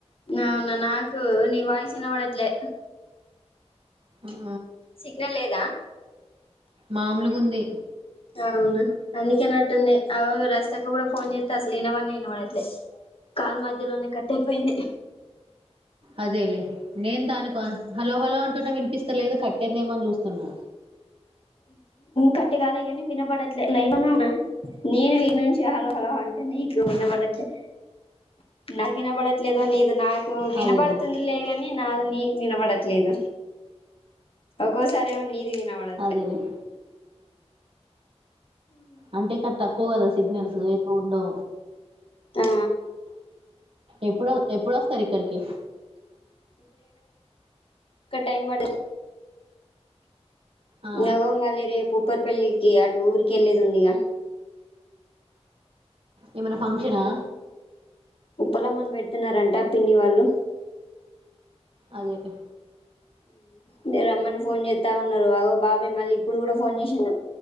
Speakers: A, on the left (about 55°); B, on the right (about 55°).
A: అవునా నాకు నీ వయిసు ఎన్న పడట్లే
B: అ
A: సిగ్నల్ లేదా
B: మామూలుగా ఉంది
A: అవును అందుకేనట్టుంది అ రస్తక కూడా ఫోన్ చేస్తే అసలు వినవడిని వినవడట్లే కాల్ మధ్యలోనే కట్ అయిపోయింది
B: అదేలే నేను దానికి హలో హలో అంటున్నా విన్ ఇపిస్తలేదు కట్టేందేమని చూస్తున్నా
A: కట్టిగాల కాని వినపడట్లేదు లైన్న్నావునా నేను వీ నుంచి హలో హలావు అంటా నీకు వినబడట్లే నాగనా బా లేదో నీది నాకు వినపడుతుంది
B: అదేలే
A: లే కాని నాది నీకు వినపడ లేద ఒక్కోసారి ఏమో నీది వినవడది
B: అదేలే అంటే ఇక్కడ తక్కువ కదా సిగ్నల్స్ ఎకు ఉండో
A: ఆ
B: ఎప్పుడు ఎప్పుడు వస్తారు ఇక్కడికి
A: ఇంకా టైం పడుతూ
B: ఆ
A: నగోమలే రేపు ఉప్పర్పల్లికి ఆ టఊరికి వెళ్ళదు ఉంది ఇక
B: ఏమనా ఫంక్షనా
A: ఉప్పలమ్మన పెడుతున్నారంట పిన్ని వాళ్ళు
B: అదే అదే
A: మీర అమ్మను ఫోన్ చేస్తా ఉన్నారు అ బాబ అబే మళ్ళీ ఇప్పుడు కూడా ఫోన్ చేసిండు